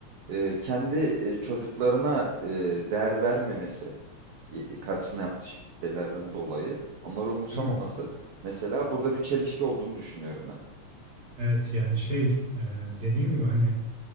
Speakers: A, on the right; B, on the right.
A: e, kendi e, çocuklarına e, değer vermemesi, e, karısına yaptığı şeylerden dolayı onları umursamaması
B: Değil mi?
A: mesela burada bir çelişki olduğunu düşünüyorum ben.
B: Evet yani şey e, dediğim gibi hani